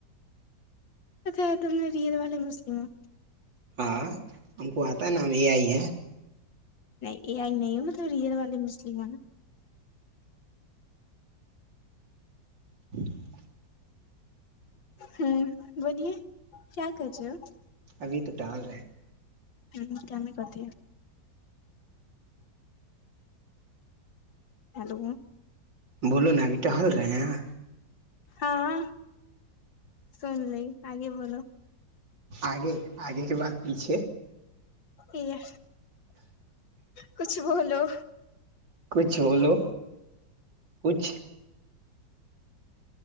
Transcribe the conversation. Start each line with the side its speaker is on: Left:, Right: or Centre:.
Left: ا تم نے ر والے مسلمموں
Right: ہاں ہم کو آ پ نام یہ آئی ہے
Left: یہ آ ہی نہیں ہے مطلب ریئر والے مسلم ہیں ن
Right: ج <inaudible>
Left: ہوں بولیے کیا کرج آپ <unintelligible>
Right: ابھی تو ٹال رہے ہیں
Left: ہ کیام کت ہیلو
Right: بولو نا ابھی ٹ ہل رہے ہیں
Left: ہاں سن ل آگے بولو
Right: آگے آگے کے بعات پیچھے
Left: یہ کچھ بولو
Right: کچھ بولو کچھ